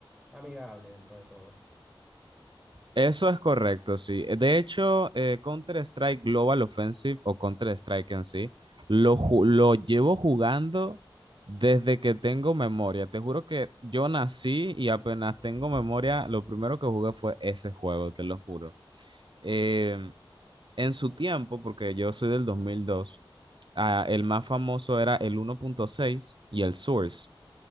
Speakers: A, in the centre; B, on the right.
A: amigable dentro de todo.
B: Eso es correcto, sí. De hecho, eh, Counter-Strike Global Offensive o Counter-Strike en sí, lo, ju- lo llevo jugando desde que tengo memoria. Te juro que yo nací y apenas tengo memoria, lo primero que jugué fue ese juego, te lo juro. Em, en su tiempo, porque yo soy del 2002, ah, el más famoso era el 1.6 y el Source.